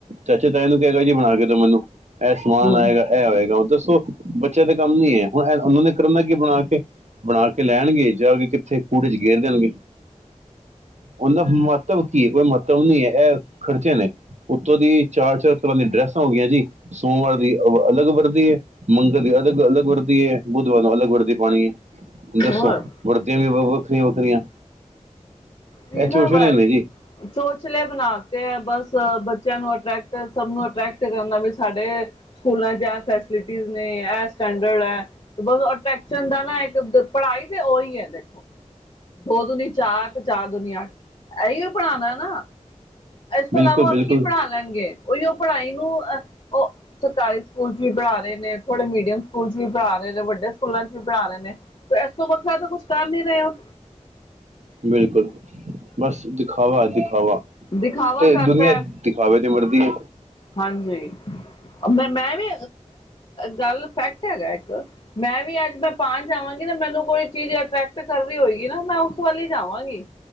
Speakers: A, on the right; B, on the left.
A: ਚਾਚੇ ਤਾਏ ਨੂੰ ਕਹੇਗਾ ਜੀ ਬਣਾ ਕੇ ਦੋ ਮੈਨੂੰ। ਇਹ ਸਮਾਨ
B: ਹੂੰ
A: ਆਏਗਾ, ਇਹ ਹੋਏਗਾ ਹੁਣ ਦੱਸੋ। ਬੱਚਿਆਂ ਦੇ ਕੰਮ ਨੀ ਹੈ, ਹੁਣ ਐ ਉਹਨਾਂ ਨੇ ਕਰਨਾ ਕੀ ਬਣਾ ਕੇ। ਬਣਾ ਕੇ ਲੈਆਣਗੇ ਜਾ ਕੇ ਕਿਥੇ, ਕੂੜੇ ਚ ਗੇਰ ਦੇਣਗੇ। ਉਹਦਾ ਮਹੱਤਵ ਕੀ ਐ, ਕੋਈ ਮਹੱਤਵ ਨੀ ਹੈ, ਇਹ ਖ਼ਰਚੇ ਨੇ‌। ਉੱਤੋਂ ਦੀ ਚਾਰ-ਚਾਰ ਤਰ੍ਹਾਂ ਦਿਆਂ ਡਰੈਸਾਂ ਹੋ ਗਈਆਂ ਜੀ, ਸੋਮਵਾਰ ਦੀ ਅਲੱਗ ਵਰਦੀ ਏ, ਮੰਗਲ ਦੀ ਅਲੱਗ ਅਲੱਗ ਵਰਦੀ ਏ ਬੁ ਅਲੱਗ ਵਰਦੀ ਪਾਨੀ ਏ, ਦੱਸੋ
B: ਹੋਰ
A: ਵਰਦੀਆਂ ਵੀ ਵੱਖਰੀਆਂ- ਵੱਖਰੀਆਂ।
B: ਨਹੀਂ
A: ਇਹ
B: ਨਾ
A: ਚੋਸ਼ਲੇ ਨੇ ਜੀ
B: ਚੋਚਲੇ ਬਣਾ ਤੇ ਐ, ਬਸ ਬੱਚਿਆਂ ਨੂੰ ਅਟਰੈਕਟ ਸਭ ਨੂੰ ਅਟਰੈਕਟ ਕਰਨਾ ਵੀ ਸਾਡੇ ਸਕੂਲਾਂ ਚ ਇਹ ਫੈਸਲਿਟੀਜ਼ ਨੇ, ਇਹ ਸਟੈਂਡਰਡ ਐ, ਬਸ ਅਟਰੈਕਸ਼ਨ ਦਾ ਇੱਕ ਪੜ੍ਹਾਈ ਤੇ ਉਹੀ ਹੈ ਦੇਖੋ, ਦੋ ਦੁਨੀ ਚਾਰ ਤੇ ਚਾਰ ਦੁਨੀ ਅੱਠ, ਇਹੀਓ ਪੜ੍ਹਾਣਾ ਨਾ। ਇਸ ਤੋਂ
A: ਬਿਲਕੁਲ
B: ਇਲਾਵਾ ਹੋਰ
A: ਬਿਲਕੁਲ
B: ਕੀ ਪੜ੍ਹਾ ਲੈਣਗੇ, ਉਹੀਓ ਪੜ੍ਹਾਈ ਨੂੰ ਉਹ- ਉਹ ਸਰਕਾਰੀ ਸਕੂਲ ਚ ਵੀ ਪੜ੍ਹਾ ਪੜਾ ਰਹੇ ਨੇ, ਥੋੜੇ ਮੀਡੀਅਮ ਸਕੂਲ ਚ। ਵੀ ਪੜ੍ਹਾ ਰਹੇ ਨੇ, ਵੱਡੇ ਸਕੂਲਾਂ ਚ ਵੀ ਪੜ੍ਹਾ ਰਹੇ ਨੇ, ਤੇ ਇਸ ਤੋਂ ਵੱਖਰਾ ਤਾਂ ਕੁਛ ਕਰ ਨਹੀਂ ਰਹੇ ਉਹ।
A: ਬਿਲਕੁਲ, ਬਸ ਦਿਖਾਵਾ ਐ ਦਿਖਾਵਾ
B: ਦਿਖਾਵਾ
A: ਤੇ
B: ਕਰਤਾ
A: ਦੁਨੀਆਂ
B: ਹੈ
A: ਦਿਖਾਵੇ ਦੀ ਮਰਦੀ ਏ।
B: ਹਾਂਜੀ, ਮੈਂ- ਮੈਂ ਵੀ ਗੱਲ ਫੈਕਟ ਹੈਗਾ ਇੱਕ, ਮੈਂ ਵੀ ਅੱਜ ਮੈਂ ਪਣ ਜਾਵਾਂਗੀ ਲੇਕਿਨ ਮੈਨੂੰ ਕੋਈ ਚੀਜ਼ ਅਟਰੈਕਟ ਕਰ ਰਹੀ ਹੋਏਗੀ, ਨਾ ਮੈਂ ਉਸ ਵੱਲ ਹੀ ਜਾਵਾਂਗੀ।